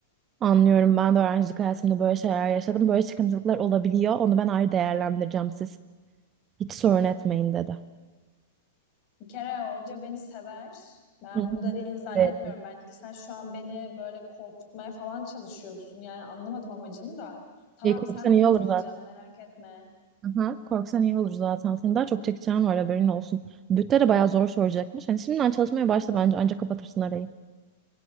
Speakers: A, on the right (about 25°); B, on the left (about 35°).
A: Anlıyorum. Ben de öğrencilik hayatımda böyle şeyler yaşadım. Böyle sıkıntılıklar olabiliyor. Onu ben ayrı değerlendireceğim siz. Hiç sorun etmeyin dedi.
B: Bir kere hoca beni sever. Ben
A: Hı hı.
B: bunu dediğini zannetmiyorum.
A: Evet.
B: Bence sen şu an beni böyle korkutmaya falan çalışıyorsun. Yani anlamadım amacını da. Tamam
A: E, korksan
B: sen birinci
A: iyi olur zaten.
B: olacaksın merak etme.
A: Aha, korksan iyi olur zaten. Senin daha çok çekeceğin var haberin olsun. Bütte de bayağı zor soracakmış. Hani şimdiden çalışmaya başla bence ancak kapatırsın arayı.